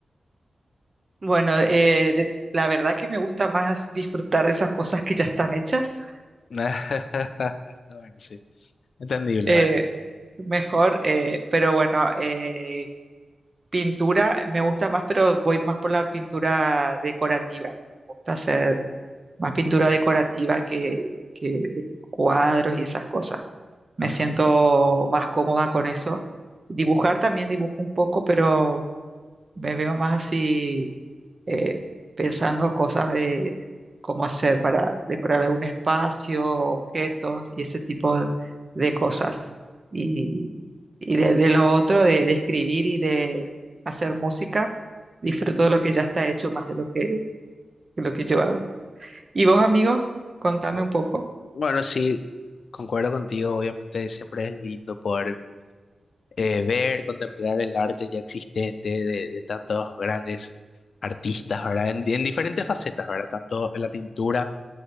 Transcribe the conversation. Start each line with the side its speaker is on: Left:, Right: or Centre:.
Right: Bueno, eh, de- la verdad que me gusta más disfrutar de esas cosas que ya están hechas,
Left: <laughs> Bueno, sí, entendible,
Right: eh,
Left: ¿verdad?
Right: mejor, eh, pero bueno, eh, pintura me gusta más, pero voy más por la pintura decorativa. Me gusta hacer más pintura decorativa que, que de cuadros y esas cosas. Me
Left: Ajá.
Right: siento más cómoda con eso. Dibujar también dibujo un poco, pero me veo más así eh, pensando cosas de cómo hacer para decorar algún espacio, objetos y ese tipo de cosas. Y, y de, de lo otro, de, de escribir y de hacer música, disfruto de lo que ya está hecho más de lo que, de lo que yo hago. ¿Y vos, amigo? Contame
Left: Bu-
Right: un poco.
Left: Bueno, sí, concuerdo contigo, obviamente siempre es lindo poder eh, ver, contemplar el arte ya existente de, de tantos grandes artistas, ¿verdad? En, en diferentes facetas, ¿verdad? Tanto en la pintura,